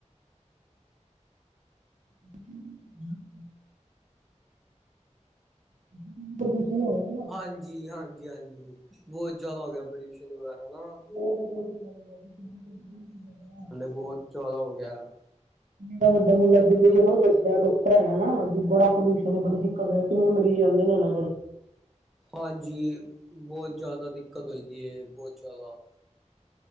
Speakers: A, on the right; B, in the centre.
A: ਹੂੰ। <unintelligible>
B: ਹਾਂਜੀ, ਹਾਂਜੀ, ਹਾਂਜੀ, ਬੋਤ ਜਾਦਾ ਹੋ ਗਿਆ ਪੋਲਿਊਸ਼ਨ ਵਗੈਰਾ ਨਾ।
A: ਬੋਤ ਬੋਤ <unintelligible>
B: ਬੋਤ ਚੌਦਾਂ ਹੋ ਗਿਆ।
A: ਤਾਂ ਬੱਡਾ ਮੁੰਡਾ ਜ ਚਲੋ ਦੱਸਦ ਡਾਕਟਰ ਐ ਨਾ ਵੀ ਬੜਾ ਪੋਲਿਊਸ਼ਨ। ਪਹਿਲੇ ਬੜੀ ਦਿੱਕਤ ਆਈ, ਕਿੰਨੇ ਮਰੀਜ਼ ਆਂਦੇ ਨੇ ਉਹਨਾਂ ਕੋਲ।
B: ਹਾਂਜੀ, ਬੋਤ ਜਾਦਾ ਦਿੱਕਤ ਹੋਈ ਦੀ ਐ, ਬੋਤ ਜਾਦਾ।